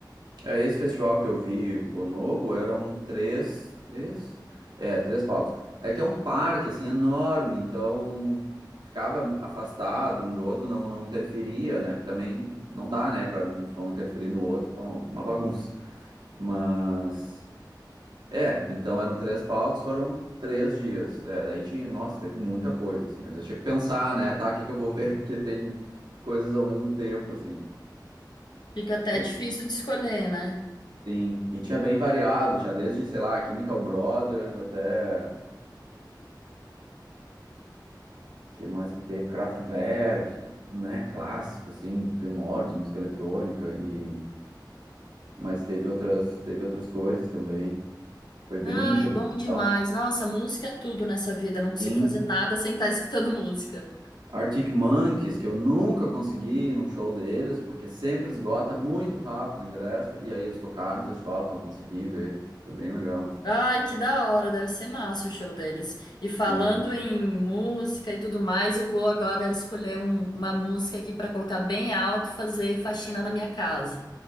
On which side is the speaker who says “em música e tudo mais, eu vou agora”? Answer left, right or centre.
Left